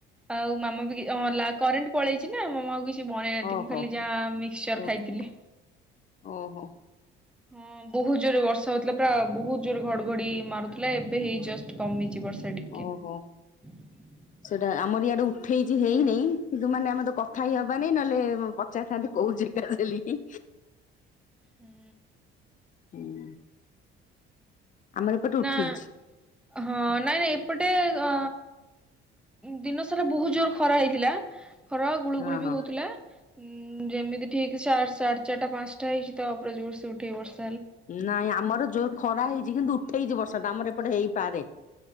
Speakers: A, in the centre; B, on the left.
A: ଆଉ ମାମା ବି ହଁ କରେଣ୍ଟ ପଳେଇଛି ନା ମାମା ଆଉ କିଛି କିଛି ବନେଇନାହାନ୍ତି
B: ଓହୋ
A: ମୁଁ ଖାଲି ଯାହା ମିକ୍ସଚର
B: ଓହୋ
A: ଖାଇଥିଲି।
B: ଓହୋ।
A: ହଁ। ବହୁତ ଜୋରରେ ବର୍ଷା ହଉଥିଲା ପୁରା ବହୁତ ଜୋରରେ ଘଡଘଡି ମାରୁଥିଲା। ଏବେ ହେଇ ଜଷ୍ଟ କମିଛି ବର୍ଷା ଟି
B: ଓହୋ।
A: <inaudible>
B: ସେଇଟା ଆମର ଇଆଡୁ ଉଠେଇଛି ହେଇନାଇଁ କିନ୍ତୁ ମାନେ ଆମେ ତ କଥା ହି ହବ ନାଇ ନହେଲେ ପଚାରିଥାନ୍ତି କୋଉ ଜିକା ଦେଲି <inaudible>
A: ହୁଁ
B: ହୁଁ ଆମର ଏପଟେ ଉଠେଇଛି।
A: ନା ହଁ ନାଇଁ ନାଇଁ ଏପଟେ ଅ ଦିନ ସାରା ବହୁତ ଜୋର ଖରା ହେଇଥିଲା, ଖରା ଗୁଳୁଗୁଳି
B: ହଁ
A: ବି
B: ହଁ।
A: ହଉଥିଲା। ଉଁ ଯେମିତି ଠିକ୍ ସାଢେ ଚାରିଟା, ପାଞ୍ଚଟା ହେଇଛି ତା, ଉପରେ ଜୋର ସେ ଉଠେଇ ବର୍ସ
B: ନାଇଁ ଆମର ଜୋର ଖରା ହେଇଛି, କିନ୍ତୁ ଉଠେଇଛି ବର୍ଷା ଟା, ଆମର ଏପଟେ ହେଇପାରେ।